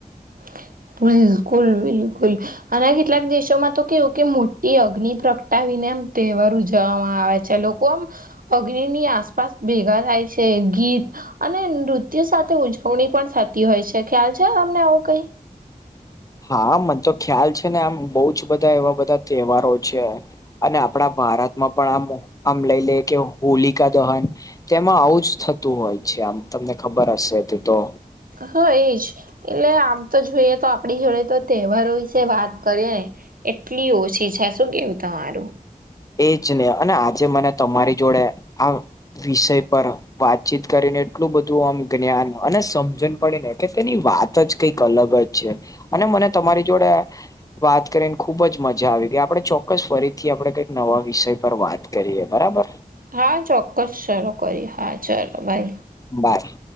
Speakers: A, on the right; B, on the left.
A: <unintelligible> બિલકુલ બિલકુલ અને કેટલાક દેશોમાં તો કેવું કે મોટી અગ્નિ પ્રગટાવીને એમ તહેવાર ઉજવવામાં આવે છે લોકો આમ અગ્નિની આસપાસ ભેગા થાય છે ગીત અને નૃત્ય સાથે ઉજવણી પણ થતી હોય છે ખ્યાલ છે તમને આવું કઈ?
B: હા મને તો ખ્યાલ છે ને આમ બહુજ બધા એવા બધા તહેવારો છે. અને આપડા ભારતમાં પણ આમ આમ લઈ લે કે હોલિકા દહન તેમાં આવું જ થતું હોય છે આમ તમને ખબર હશે તે તો
A: હા એજ. એટલે આમ તો જોઈએ તો આપડી જોડે તો તહેવારો વિશે વાત કરીએ ને એટલી ઓછી છે શું કેવું તમારું?
B: એજ ને અને આજે મને તમારી જોડે આ વિષય પર વાતચીત કરીને એટલું બધું આમ જ્ઞાન અને સમજણ પડી ને કે તેની વાત જ કંઈક અલગ જ છે અને મને તમારી જોડે વાત કરીને ખુબ જ મજા આવી ગઈ આપડે ચોક્કસ ફરીથી આપડે કઈ નવા વિષય પર વાત કરીએ બરાબર?
A: હા, ચોક્કસ ચાલો કરીએ હા ચાલો બાય.
B: બાય.